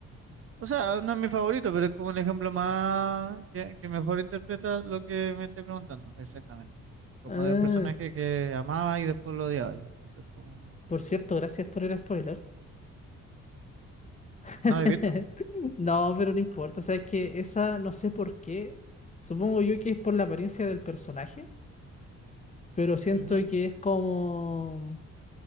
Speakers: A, on the right; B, on the left.
A: o sea, no es mi favorito, pero es como un ejemplo más que, que mejor interpreta lo que me estoy preguntando. Exactamente. Como
B: Ah,
A: de un personaje que amaba y después lo odiaba. Y Entonces, como...
B: por cierto, gracias por el spoiler. <laughs>
A: ¿No lo he visto?
B: No, pero no importa. Sabes que esa no sé por qué. Supongo yo que es por la apariencia del personaje, pero siento
A: Ujú.
B: que es como